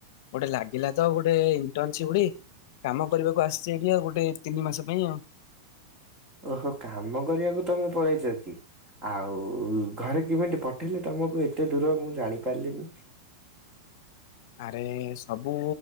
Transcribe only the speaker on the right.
ଓହୋ କାମ କରିବାକୁ ତମେ ପଳେଇଛ କି? ଆଉ ଘରେ କେମିତି ପଠେଇଲେ ତମକୁ ଏତେ ଦୂର ମୁଁ ଜାଣି ପାରିଲିନି।